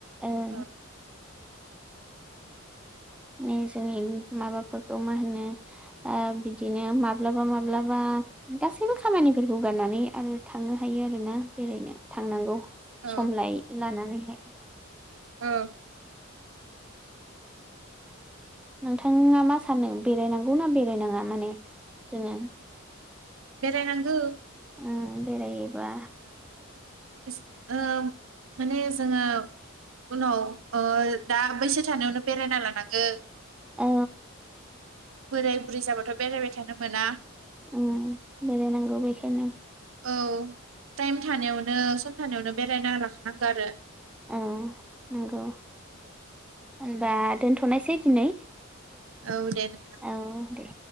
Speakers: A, in the centre; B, on the right.
A: ओं
B: उम।
A: मे जैन माबाफोरखौ मा होनो ओ बिदिनो माब्लाबा माब्लाबा गासैबो खामानिफोरखौ गारनानै आरो थांनो हायो आरोना बेरायनो थांनांगौ।
B: औ
A: समलाय लानानैहाय।
B: ओ।
A: नोंथाङा मा सानो बेरायनांगौ ना बेरायनाङा माने? जोङो
B: बेराय नांगौ।
A: उम बेरायोबा
B: ओस ओ माने जोङो उनाव ओ दा बैसो थानायावनो बेरायना लानांगो।
A: औ।
B: बोराय बुरै जाबाथ' बेरायबाय थानो मोना।
A: उम बेरायनांगौ बेखायनो।
B: औ टाइम थानायावनो सम थानायावनो बेरायना लाखानांगौ आरो।
A: औ नंगौ होनबा दोनथ'नायसै दिनै।
B: औ दे नोंथां।
A: औ दे